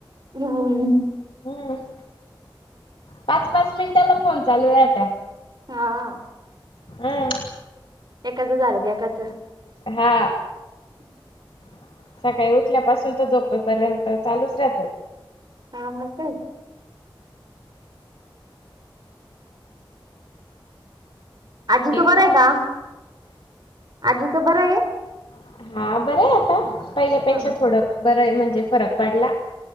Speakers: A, on the right (about 50°); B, on the left (about 80°).
A: हम्.
B: हम् पाच -पाच मिनिटाला फोन चालू आहे आता..
A: हा.
B: अ अ.
A: एकाचं झालं की एकाचं
B: हा
A: हम्
B: <inaudible> सकाळी उठल्यापासून तर झोपपर्यंत चालूच राहतं
A: हा मस्त आजी
B: येत
A: तो बरं आहे <inaudible> का आजी त बरं आहे
B: <inaudible> हा बरं आता पहिल्यापेक्षा
A: हा
B: थोडं बर आहे म्हणजे फरक पडला